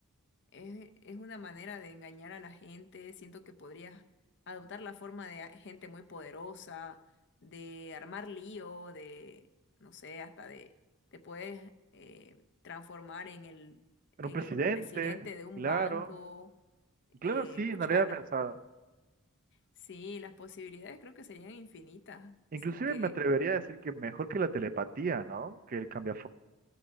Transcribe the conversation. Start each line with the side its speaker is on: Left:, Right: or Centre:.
Left: Es, es una manera de engañar a la gente. Siento que podrías adoptar la forma de a- gente muy poderosa, de armar lío, de, no sé, hasta de, te puedes eh, transformar en el,
Right: <laughs> en
Left: en
Right: un presidente,
Left: el presidente de un
Right: claro.
Left: banco.
Right: Claro,
Left: Eh,
Right: sí,
Left: pucha,
Right: no lo había
Left: las-
Right: pensado.
Left: sí, las posibilidades creo que serían infinitas.
Right: Inclusive
Left: Así que
Right: me atrevería a decir que mejor que la telepatía, ¿no? Que el cambia